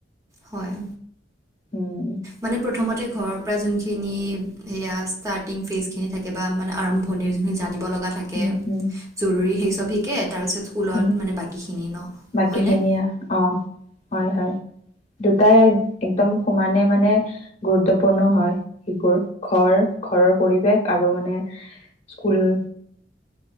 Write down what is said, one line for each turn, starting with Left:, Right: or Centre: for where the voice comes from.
Right: হয়।
Left: উম
Right: মানে প্ৰথমতে ঘৰৰ পৰা যোনখিনি সয়া ষ্টাৰ্টিং ফেজ খিনি থাকে বা মানে আৰম্ভণিৰ সেইখিনি জানিব লগা থাকে
Left: উম হম
Right: জৰুৰীেই। লভিকেত তাৰপিছত স্কুলত
Left: উম
Right: মানে বাকীখিনি ন
Left: বাকী
Right: হয়নে।
Left: খিনিয়ে অ হয় হয় দুটাই একদম সমানে মানে গুৰুত্বপূৰ্ণ হয় শিশুৰ ঘৰ- ঘৰৰ পৰিৱেশ আৰু মানে স্কুল।